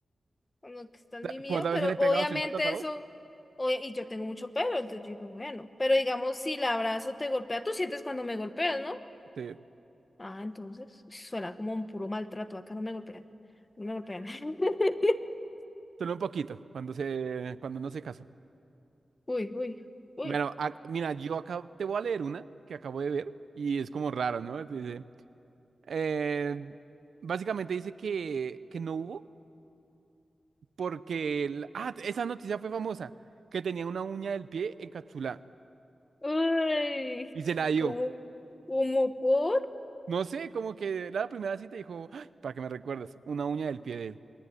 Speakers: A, on the left; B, on the right.
A: cuando estás
B: sea,
A: mimido,
B: ¿Cuántas
A: pero
B: veces le he pegado?
A: obviamente
B: Soy maltratado
A: eso, oye, y yo tengo mucho pelo, entonces yo digo, bueno, pero digamos, si el abrazo te golpea, tú sientes cuando me golpeas, ¿no?
B: Sí,
A: Ah, entonces, suena como un puro maltrato, acá no me golpean, no me golpean. <laughs>
B: solo un poquito, cuando se, cuando no se casó.
A: Uy, uy, uy.
B: Bueno, ac- mira, yo acá te voy a leer una que acabo de ver y es como raro, ¿no? Dice, eh, básicamente dice que, que no hubo. porque el- ah, esa noticia fue famosa, que tenía una uña del pie encapsulada
A: Uy,
B: y se la dio.
A: ¿cómo, cómo por?
B: No sé, como que la primera cita dijo, "Ay, para que me recuerdes, una uña del pie de él.